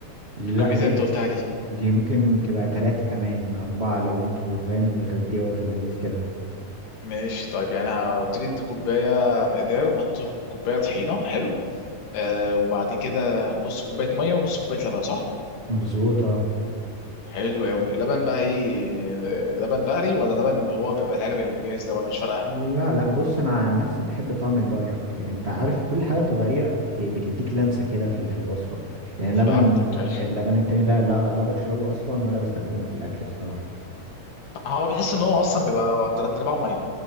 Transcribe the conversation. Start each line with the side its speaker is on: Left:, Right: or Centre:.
Right: لا
Left: الكميات
Right: دي
Left: اللي انت قلتها دي
Right: دي ممكن تبقى ثلاثة كمان أربعة لو انتوا فاهم مغديوة في اللذيذ كده
Left: ماشي طيب يعني هبتدي انت كوبايه مقدار وحط كوبايه طحينه حلو آه وبعد كده نص كوبايه ميه ونص كوبايه لبن صح
Right: مظبوط اه
Left: حلو قوي لبن بقى ايه آه، لبن بقري ولا لبن هو بيبقى العلب اللي جاهز ده ولا مش فارقه
Right: لا لا بص انا عن نفسي بحب طعم البقري اكتر يعني انت عارف كل حاجه طبيعيه بت- بتديك لمسه كده في في الوصفه يعني اللبن
Left: فهمتك ايوه
Right: اللبن التاني ده لا لا بشربه اصلا ولا بستخدمه في الاكل الصراحه
Left: هو بحس ان هو اصلا بيبقى تلات ارباعه ميه